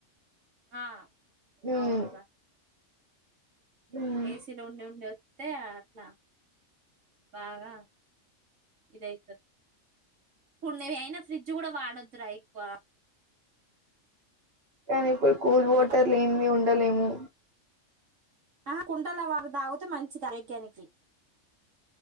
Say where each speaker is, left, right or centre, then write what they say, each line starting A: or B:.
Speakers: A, on the right; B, on the right.
A: ఆ
B: హ్మ్.
A: అవును గా
B: హ్మ్.
A: ఏసీలో ఉండి ఉండి అంతే అట్లా బాగా ఇదవుతుంది ఇప్పుడు ను అయినా ఫ్రిడ్జ్ కూడా వాడొదురా ఎక్కువ
B: కానీ ఇప్పుడు కూల్
A: మనం
B: వాటర్ లేన్ది ఉంట ఉండలేము
A: ఆ కుండల వారు తాగుతే మంచిది ఆరోగ్యానికి